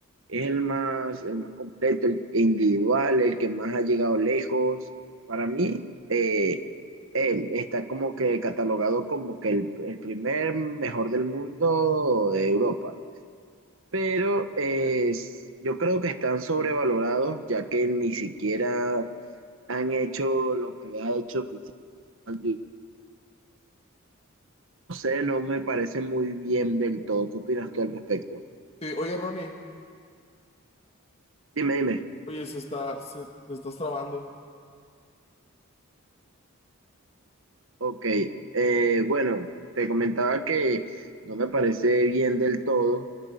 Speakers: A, on the right (about 65°); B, on the left (about 30°).
A: es el más, el más completo, el individual, el que más ha llegado lejos. Para mí, eh, él está como que catalogado como que el, el primer mejor del mundo de Europa. Pero eh, es- yo creo que están sobrevalorados, ya que ni siquiera han hecho lo que ha hecho Cristiano. Ronaldo. No sé, no me parece muy bien del todo. ¿Qué opinas tú al respecto?
B: Sí, oye, Ronnie,
A: Dime, dime.
B: oye, se está, se, te estás trabando.
A: Ok, eh, bueno, te comentaba que no me parece bien del todo